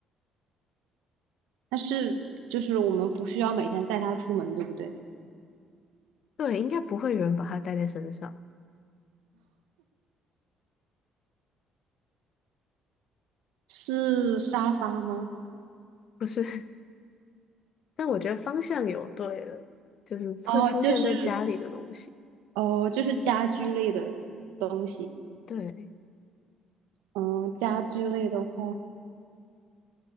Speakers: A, on the right (about 85°); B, on the left (about 60°).
A: 但是就是我们不需要每天带它出门，对不对？
B: 对，应该不会有人把它带在身上。
A: 是沙发吗？
B: 不是，<laughs> 但我觉得方向有对了，就是会出现在家里的东西。
A: 哦，就是哦，就是家居类的东西。
B: 对，
A: 嗯，家居类的话，